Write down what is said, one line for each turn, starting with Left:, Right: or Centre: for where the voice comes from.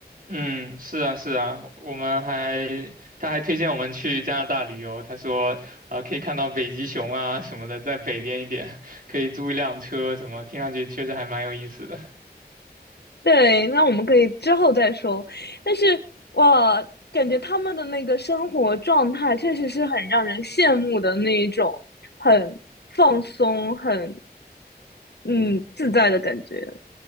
Right: 嗯，是啊，是啊，我们还，他还推荐我们去加拿大旅游，他说，呃，可以看到北极熊啊什么的，在北边一点，<laughs> 可以租一辆车什么，听上去确实还蛮有意思的。
Left: 对，那我们可以之后再说。但是哇，感觉他们的那个生活状态确实是很让人羡慕的那一种，很放松、很嗯自在的感觉。